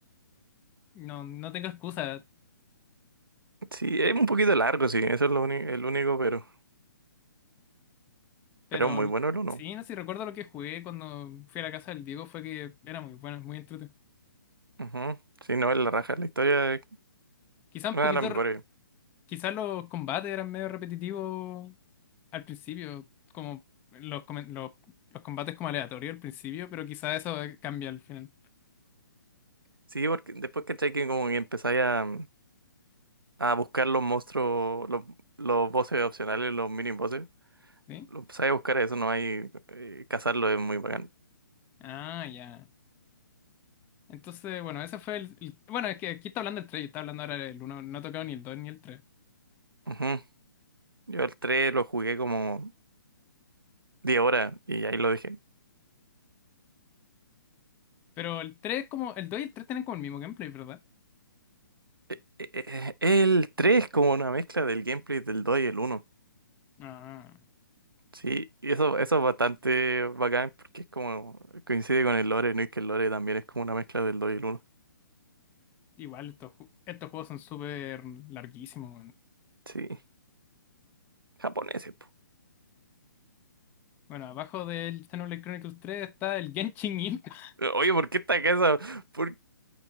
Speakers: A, on the left; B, on the right.
A: no, no tengo excusa.
B: Sí, es un poquito largo, sí. Eso es lo uni- el único, pero.
A: Pero
B: Pero muy bueno el uno.
A: sí, no sé si recuerdo lo que jugué cuando fui a la casa del Diego, fue que era muy bueno, muy entretenido.
B: Ujú. Sí, no, es la raja. La historia es
A: Quizá un
B: una
A: poquito
B: de las mejores.
A: Quizás los combates eran medio repetitivos al principio, como los, come- los, los combates como aleatorios al principio, pero quizás eso eh, cambia al final,
B: Sí, porque después caché que como que empezáis a, a buscar los monstruos, los, los bosses opcionales, los mini bosses.
A: ¿sí?
B: Lo empezáis a buscar eso, no hay. eh, cazarlo es muy bacán.
A: Ah, ya. Entonces, bueno, ese fue el, el- Bueno, es que aquí está hablando el tres yo estaba hablando ahora el uno no he tocado ni el 2 ni el tres
B: Ujú. Yo el 3 lo jugué como 10 horas y ahí lo dejé.
A: Pero el 3 como... El 2 y el 3 tienen como el mismo gameplay, ¿verdad?
B: Eh, eh, eh, El 3 como una mezcla del gameplay del 2 y el uno
A: Ah,
B: Sí, y eso, eso es bastante bacán porque es como coincide con el lore, ¿no? Y que el lore también es como una mezcla del dos y el uno
A: igual estos, ju- estos juegos son súper larguísimos, weón.
B: Sí, japoneses, po.
A: Bueno, abajo del Xenoblade Chronicles tres está el Genshin Impact.
B: Eh, Oye, ¿por qué esta casa? ¿Por